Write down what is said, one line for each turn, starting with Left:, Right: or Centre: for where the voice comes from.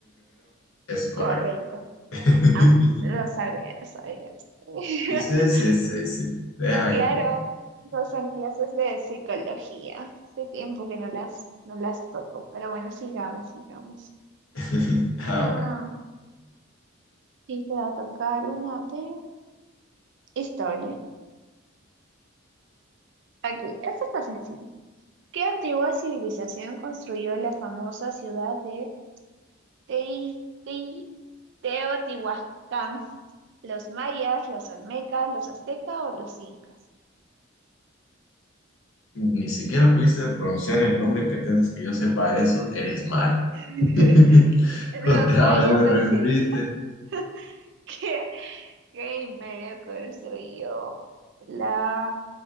Left: Es correcto.
Right: Correcto.
Left: <laughs>
Right: Ah, sí, lo sabía, lo sabía. <laughs>
Left: Sí, sí, sí, sí. Deja
Right: Claro,
Left: inventar.
Right: esas son clases de psicología. Hace tiempo que no las, no las toco, pero bueno, sigamos, sigamos.
Left: <laughs> A
Right: Ah,
Left: ver,
Right: y te va a tocar una de historia. Aquí, esto está sencillo. ¿Qué antigua civilización construyó la famosa ciudad de Tei- Tei- Teotihuacán? ¿Los mayas, los olmecas, los aztecas o los incas?
Left: ni siquiera pudiste pronunciar el nombre y pretendes que yo sepa eso. Eres mal.
Right: <laughs>
Left: <laughs>
Right: Los
Left: Otra
Right: mayas,
Left: vez me repite.
Right: los incas. <laughs> ¿Qué, qué imperio construyó la...